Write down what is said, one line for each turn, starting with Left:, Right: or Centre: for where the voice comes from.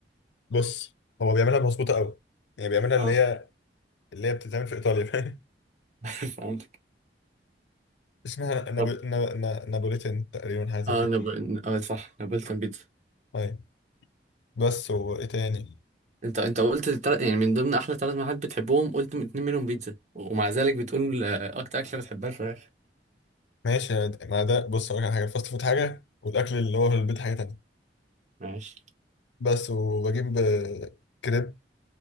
Left: بص هو بيعملها مظبوطه قوي يعني بيعملها
Right: اه
Left: اللي هي اللي هي بتتعمل في ايطاليا فاهم
Right: <laughs> فهمتك
Left: <laughs> اسمها نابو...
Right: طب
Left: نا... نا... نابوليتن تقريبا حاجه زي
Right: اه
Left: كده
Right: نب... اه صح نابلتان بيتزا
Left: طيب بس وايه تاني
Right: انت انت قلت التلات يعني من ضمن احلى ثلاث محلات بتحبهم قلت من اتنين منهم بيتزا ومع ذلك بتقول آه، اكتر اكله بتحبها فراخ
Left: ماشي يا د- ما ده بص اقول لك على حاجه الفاست فود حاجه والاكل اللي هو في البيت حاجه تانية
Right: ماشي
Left: بس وبجيب آه، كريب